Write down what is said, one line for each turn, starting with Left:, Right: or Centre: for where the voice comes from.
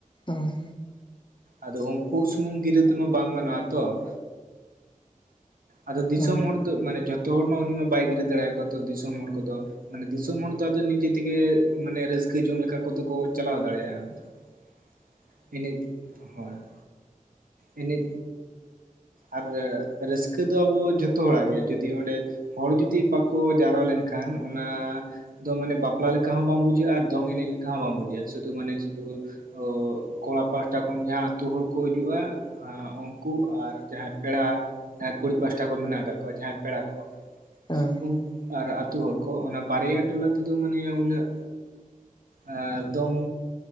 Left: ᱦᱳᱭ ᱾
Right: ᱟᱫᱚ ᱩᱱᱠᱩ ᱥᱩᱢᱩᱝ ᱜᱤᱨᱟᱹ ᱛᱮᱢᱟ ᱵᱟᱝ ᱜᱟᱱᱚᱜᱼᱟ ᱛᱚ ᱾ ᱟᱫᱚ ᱫᱤᱥᱚᱢ
Left: ᱦᱮᱸ
Right: ᱦᱚᱲ ᱫᱚ, ᱢᱟᱱᱮ ᱡᱷᱚᱛᱚ ᱦᱚᱲ ᱢᱟ ᱩᱱᱤ ᱢᱟ ᱵᱟᱭ ᱜᱤᱨᱟᱹ ᱫᱟᱲᱮᱭᱟᱠᱚᱣᱟ ᱛᱚ ᱫᱤᱥᱚᱢ ᱦᱚᱲ ᱠᱚᱫᱚ ᱢᱟᱱᱮ ᱫᱤᱥᱚᱢ ᱦᱚᱲ ᱫᱚ ᱟᱫᱚ ᱱᱤᱡᱮ ᱛᱮᱜᱮ, ᱢᱟᱱᱮ ᱨᱟᱹᱥᱠᱟᱹ ᱡᱚᱝ ᱞᱮᱠᱟ ᱠᱚᱫᱚ ᱠᱚ ᱪᱟᱞᱟᱣ ᱫᱟᱲᱮᱭᱟᱜᱼᱟ ᱾ ᱮᱱᱮᱡ, ᱦᱳᱭ ᱾ ᱮᱱᱮᱡ ᱟᱨ ᱨᱟᱹᱥᱠᱟᱹ ᱫᱚ ᱟᱵᱚ ᱡᱷᱚᱛᱚ ᱦᱚᱲᱟᱜ ᱜᱮ, ᱡᱩᱫᱤ ᱚᱸᱰᱮ ᱦᱚᱲ ᱡᱩᱫᱤ ᱵᱟᱠᱚ ᱡᱟᱣᱨᱟ ᱞᱮᱱᱠᱷᱟᱱ ᱚᱱᱟ ᱫᱚ ᱢᱟᱱᱮ ᱵᱟᱯᱞᱟ ᱞᱮᱠᱟ ᱦᱚᱸ ᱵᱟᱝ ᱵᱩᱡᱷᱟᱹᱜᱼᱟ ᱟᱨ ᱫᱚᱝ ᱮᱱᱮᱡ ᱞᱮᱠᱟ ᱦᱚᱸ ᱵᱟᱝ ᱵᱩᱡᱷᱟᱹᱜᱼᱟ ᱾ ᱥᱩᱫᱷᱩ ᱢᱟᱱᱮ ᱥᱩᱫᱷᱩ ᱚ, ᱠᱚᱲᱟ ᱯᱟᱦᱟᱴᱟ ᱠᱷᱚᱱ ᱡᱟᱦᱟᱸ ᱟᱹᱛᱩ ᱦᱚᱲ ᱠᱚ ᱦᱤᱡᱩᱜᱼᱟ ᱩᱱᱠᱩ ᱟᱨ ᱡᱟᱦᱟᱸᱭ ᱯᱮᱲᱟ ᱠᱩᱲᱤ ᱯᱟᱥᱴᱟ ᱠᱷᱚᱱ ᱢᱮᱱᱟᱜ ᱟᱠᱟᱫ ᱠᱚᱣᱟ ᱡᱟᱦᱟᱸᱭ ᱯᱮᱲᱟ ᱠᱚ ᱾
Left: ᱦᱮᱸ ᱦᱮᱸ
Right: ᱩᱱᱠ, ᱟᱨ ᱟᱹᱛᱩ ᱦᱚᱲ ᱠᱚ ᱚᱱᱟ ᱵᱟᱨᱭᱟ ᱴᱚᱞᱟ ᱛᱮᱫᱚ ᱢᱟᱱᱮ ᱩᱱᱟᱹᱜ ᱮ, ᱫᱚᱝ